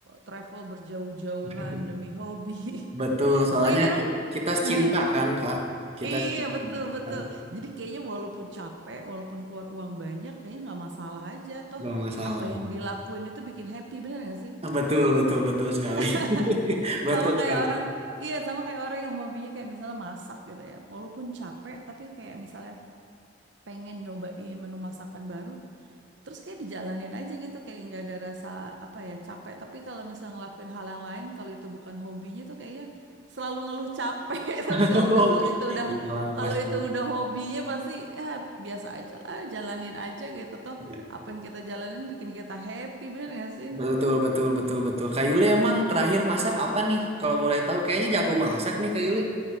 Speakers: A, on the right; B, on the right.
A: travel berjauh-jauhan
B: <laughs>
A: demi hobi.
B: betul.
A: <laughs>
B: Soalnya
A: Makanya kadang
B: ki- kita
A: <laughs>
B: cinta kan Kak. Kita
A: Iya
B: cinta
A: betul betul.
B: kan.
A: Jadi kayaknya walaupun capek, walaupun keluar uang banyak, kayaknya nggak masalah aja. Toh
B: Gak masalah.
A: apa yang dilakuin itu bikin happy, bener nggak sih?
B: Betul, betul, betul sekali.
A: <laughs>
B: <laughs> Betul
A: Sama kayak
B: sekali.
A: orang, iya sama kayak orang yang hobinya kayak misalnya masak gitu ya. Walaupun capek, tapi kayak misalnya pengen nyobain menu masakan baru terus kayak dijalanin aja gitu kayak nggak ada rasa apa ya capek tapi kalau misalnya ngelakuin hal yang lain kalau itu bukan hobinya tuh kayaknya selalu ngeluh capek <laughs> tapi
B: <laughs>
A: kalau misalnya itu udah
B: Iyalah
A: kalau
B: pasti.
A: itu udah hobinya pasti ya biasa aja lah jalanin aja gitu toh
B: Iya.
A: apa yang kita jalanin bikin kita happy bener nggak sih
B: Betul betul betul betul. Kak Yuli emang terakhir masak apa nih? Kalau boleh tahu kayaknya jago masak nih Kak Yuli.